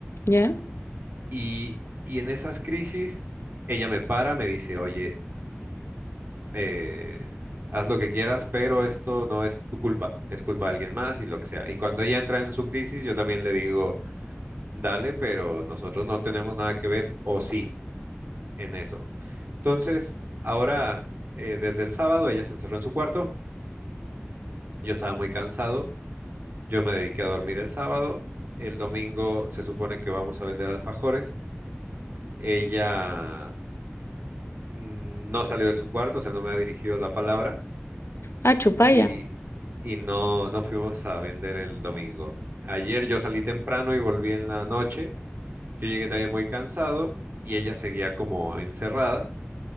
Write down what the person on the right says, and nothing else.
Y, y en esas crisis, ella me para, me dice, oye, eh, haz lo que quieras, pero esto no es tu culpa, es culpa de alguien más y lo que sea. Y cuando ella entra en su crisis, yo también le digo, dale, pero nosotros no tenemos nada que ver, o sí, en eso. Entonces, ahora, eh, desde el sábado, ella se encerró en su cuarto, yo estaba muy cansado, yo me dediqué a dormir el sábado, el domingo se supone que vamos a vender alfajores, ella... mm, No salió de su cuarto, o sea, no me ha dirigido la palabra.
y, y no, no fuimos a vender el domingo. Ayer yo salí temprano y volví en la noche. Yo llegué también muy cansado y ella seguía como encerrada.